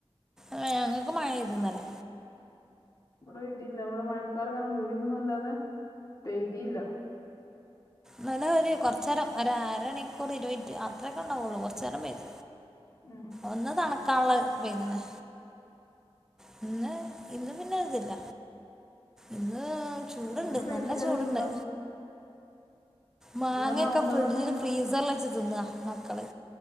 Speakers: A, in the centre; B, on the left.
A: ആഹ് ഞങ്ങൾക്ക് മഴ ഇന്നലെ
B: ഇവിടെ മഴക്കാർ ഇങ്ങനെ മൂടിന്നല്ലാതെ പെയതില്ല
A: നന ഒരു കുറച്ച നേരം ഒരമണിക്കൂർ ഇരുപനിറ്റ് അത്രയേക്കെ ഉണ്ടാവുള്ളൂ കുറച്ച നേരം
B: ആഹ്
A: ഒന്ന് തണക്കാുള്ള പെയനെ പിന്നെ ഇന്ന് പിന്നെരുതില്ല ഇന്ന് ചൂടുണ്ട്
B: അങ്ങനെ പെയ്തിട്ടാലും
A: നല്ല ചൂടുണ്ട്
B: സുഖാണ്
A: മാങ്ങയൊക്കെ
B: ഇങ്ങനെ ആവുമ്പോ
A: ഫ്രിഡ്ജിൽ
B: തന്നെ
A: ഫ്രീസറൽ വച്ച് തിന്ന മക്കള്